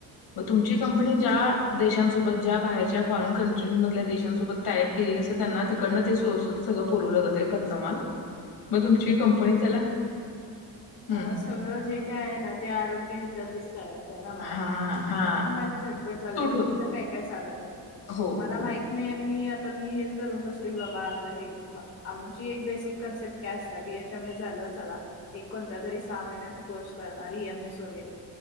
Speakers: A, on the left; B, on the left.
A: मग तुमची कंपनी ज्या देशांसोबत ज्या बाहेरच्या फॉरेन कंट्रीमधल्या देश च्या सोबत टाय-अप केलेल्या असतात. त्यांना तिकडनं ते स-स-सगळं पुरवलं जातंय कच्चा माल. मग तुमची कंपनी त्याला हम्म
B: आ सगळं जे काय आहे ना, ते आरोग्य ह्याच्यातच कराय कळंना मला,
A: हा हा
B: म्हणून माझी धडपड झालय
A: सूट
B: की
A: होते
B: कुठ काय काय चालूय,
A: हो,
B: मला
A: हो.
B: माहित नाही आणि मी मी हेच धरून बसले की बाबा आता हे अम्म आमची एक बेसिक कन्सेप्ट काय असत्या, बीएचएमएस झालं चला, एक कोणता तरी सहा महिन्याचा कोर्स करणार ई एम एस वगैरे.